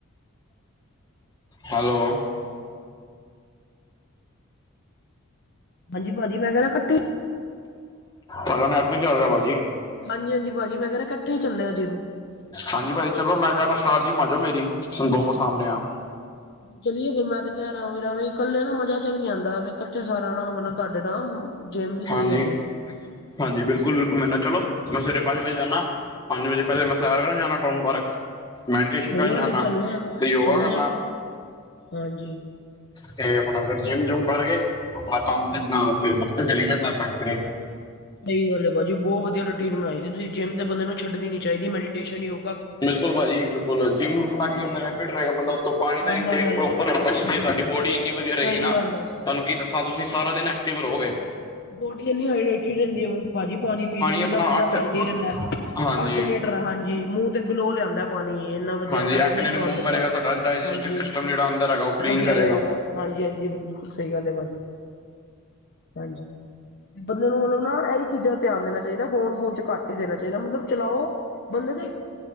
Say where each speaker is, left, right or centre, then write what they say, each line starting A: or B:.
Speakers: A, on the left; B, on the left.
A: ਹੈਲੋ
B: ਹਾਂਜੀ ਪਾਜੀ ਮੈਂ ਕੈ ਰਿਆ ਕੱਠੇ
A: ਤੁਡਾ ਨੈਟ ਨਈ ਚੱਲ ਰਿਆ ਭਾਜੀ।
B: ਹਾਂਜੀ-ਹਾਂਜੀ ਪਾਜੀ ਮੈਂ ਕੈ ਰਿਆ ਕੱਠੇ ਚੱਲਣੇ ਜਿਮ
A: ਹਾਂਜੀ ਭਾਜੀ ਚਲੋ ਮੈਂ ਕਿਆ ਨਸ਼ਾਰ ਜੀ ਮਾਜੋ ਮੇਰੀ ਦੋਨੋ ਸਾਮਣੇ ਆਂ।
B: ਚਲੀਏ ਫੇਰ ਮੈਂ ਤੇ ਕੈ ਰਿਆ ਵੀੇਰਾ ਵੀ ਕੱਲੇ ਨਾ ਮਜਾ ਜਿਹਾ ਵੀ ਨੀ ਆਂਦਾ ਕੱਠੇ ਸਾਰਿਆਂ ਨਾਲ ਮਤਲਬ ਤੁਹਾਡੇ ਨਾਲ ਜਿੰਮ ਵੀ ਸਈ
A: ਹਾਂਜੀ
B: ਹੋ ਜਾਏਗੀ।
A: ਹਾਂਜੀ ਬਿਲਕੁਲ-ਬਿਲਕੁਲ ਮੈਂ ਕਿਆ ਨਾ ਚਲੋ ਮੈਂ ਸਵੇਰੇ ਪੰਜ ਵਜੇ ਜਾਂਨਾ। ਪੰਜ ਵਜੇ ਪੈਲੇ ਮੈਂ ਸੈਰ ਕਰਨ ਜਾਣਾ ਟਊਨ ਪਾਰਕ ਮੈ ਡੀਟੇਸ਼ਨ
B: ਕੋਈ
A: ਕਰਨ
B: ਗੱਲ ਨੀ
A: ਨਾ
B: ਚੱਲਣੇ ਆ
A: ਤੇ ਯੋਗਾ
B: ਚੱਲਣੇ
A: ਕਰਨਾ।
B: ਆ ਹਾਂਜੀ
A: ਤੇ ਆਪਣਾ ਫਿਰ ਜਿੰਮ ਜੁਮ ਕਰਕੇ ਆਪਣਾ ਕੰਮ
B: ਹਾਂਜੀ।
A: ਆਪਣਾ ਉਥੇ ਦਫ਼ ਚਲੀ ਜਾਂਦਾ ਫੈਕਟਰੀ
B: ਸਈ ਗੱਲ ਏ ਭਾਜੀ ਬੋਤ ਵਧੀਆ ਰੂਟੀਨ ਬਣਾਈ ਜੇ ਤੁਸੀਂ ਜਿੰਮ ਤੇ ਬੰਦੇ ਨੂੰ ਛਡਣੀ ਨੀ ਚਾਈਦੀ ਮੈਡੀੇਸ਼ਨ ਏ ਓ।
A: ਬਿਲਕੁਲ ਭਾਜੀ ਬਿਲਕੁਲ ਜਿੰਮ ਆ
B: ਹਾਂਜੀ
A: ਕੇ ਅੰਦਰ ਫਿਟ ਰਏਗਾ ਬੰਦਾ ਉੱਪਰ ਪਾਣੀ ਦਾ
B: ਬੰਦਾ
A: ਇਨਟੇਕ
B: ਹੈਲਦੀ
A: ਪ੍ਰੋਪਰ ਰਖੇ
B: ਹਾਂਜੀ
A: ਸਾਡੀ ਬੋਡੀ ਇੰਨੀ ਵਧੀਆ ਰਏਗੀ
B: ਸਹੀ
A: ਨਾ
B: ਗੱਲ ਹੈ।
A: ਤੁਹਾਨੂੰ ਕੀ ਦੱਸਾਂ ਤੁਸੀਂ ਸਾਰਾ ਦਿਨ ਐਕਟਿਵ ਰਹੋਗੇ।
B: ਬੋਡੀ ਇੰਨੀ ਹਾਈਰੇਟਡ ਰੈਂਦੀ ਹੈ ਭਾਜੀ ਪਾਣੀ ਪੀਣ ਨਾਲ
A: ਆਪਣਾ
B: ਬੰਦਾ
A: ਅੱਠ
B: ਹੈਲਦੀ ਰੈਂਦਾ।
A: ਹਾਂਜੀ
B: ਅੱਠ ਲੀਟਰ ਹਾਂਜੀ ਮੂੰਹ ਤੇ ਗਲੋ ਲਿਆਂਦਾ। ਪਾਣੀ ਇੰਨਾ ਵਧੀਆ
A: ਹਾਂਜੀ
B: ਏਕ
A: ਐਕ
B: ਦਿਨ
A: ਨੇ ਰਿਮੂਵ
B: ਆਣ ਦਿੰਦਾ
A: ਕਰੇਗਾ ਤੁਹਾਡਾ ਡਾਇਜੈਸਟਿਵ
B: ਹਾਂਜੀ
A: ਸਿਸਟਮ ਜਿਹੜਾ ਅੰਦਰ ਹੈਗਾ ਉਹ ਕਲੀਨ
B: ਤੇ ਵਧੀਆ
A: ਕਰੇਗਾ
B: ਰਏਗਾ। ਹਾਂਜੀ-ਹਾਂਜੀ ਬਿਲਕੁਲ ਸਈ ਗੱਲ ਏ ਪਾਜੀ ਹਾਂਜੀ। ਬੰਦੇ ਨੂੰ ਮਤਲਬ ਨਾ ਇਹੀ ਚੀਜ਼ਾਂ ਦਾ ਧਿਆਨ ਦੇਣਾ ਚਾਈਦਾ ਫੋਨ-ਫੋਨ 'ਚ ਘੱਟ ਦੇਣਾ ਚਾਈਦਾ ਮਤਲਬ ਚਲਾਓ। ਬੰਦੇ ਦੇ